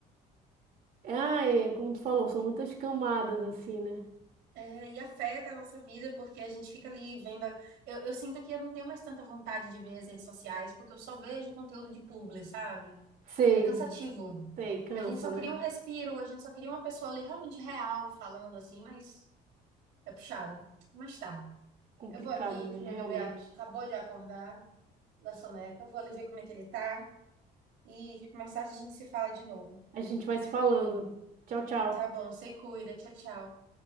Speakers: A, on the right; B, on the right.
A: ah, é, como tu falou, são muitas camadas, assim, né?
B: É, e afeta a nossa vida, porque a gente fica ali vendo. a- Eu, eu sinto que eu não tenho mais tanta vontade de ver as redes sociais, porque eu só vejo conteúdo de publi, sabe?
A: Sei,
B: É cansativo.
A: sei, cansa,
B: A gente só
A: né?
B: queria um respiro, a gente só queria uma pessoa ali realmente real falando assim, mas é puxado. Mas tá.
A: Complicado
B: Eu vou aqui,
A: mesmo,
B: que meu
A: realmente.
B: bebê acabou de acordar da soneca, vou ali ver como é que ele tá e mais tarde a gente se fala de novo.
A: A gente vai se falando. Tchau, tchau.
B: Tá bom, você cuida. Tchau, tchau.